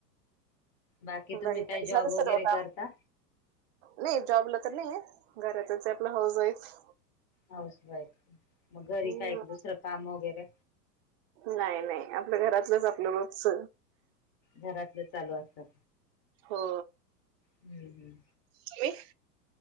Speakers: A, on the left (about 40°); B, on the right (about 40°).
A: बाकी तुम्ही
B: बाई
A: काही
B: काय,
A: जॉब
B: झालं
A: वगैरे
B: सर्व काम,
A: करता
B: नाही, जॉबला तर नाही आहे, घरातच आपला हाऊस वाईफ.
A: हाऊस वाईफ, मग घरी
B: हं.
A: काय, एक दुसरं काम वगैरे,
B: नाही, नाही आपलं घरातलंच, आपलं रोजच.
A: घरातल चालू असत,
B: हो.
A: हम्म, हम्म
B: तुम्ही?